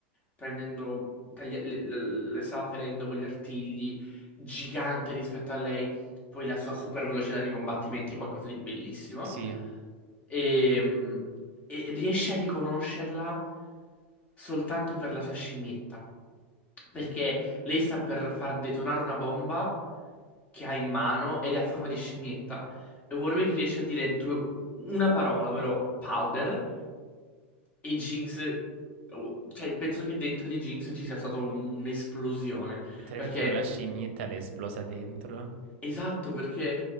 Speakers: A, on the left; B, on the right.
A: prendendo, taglia- le, le- le stava ferendo con gli artigli, gigante rispetto a lei. Poi la sua super velocità nei combattimenti è qualcosa di bellissimo.
B: Sì,
A: E, e riesce a riconoscerla soltanto per la sua scimmietta. Perché lei sta per far detonare una bomba che ha in mano ed è a forma di scimmietta. E Warwick riesce a dire due- una parola, ovvero powder. E Jinx, oh, cioè, penso che dentro di Jinx ci sia stata un- un'esplosione.
B: Letteralmente
A: Perché
B: la scimmietta le è esplosa dentro.
A: Esatto, perché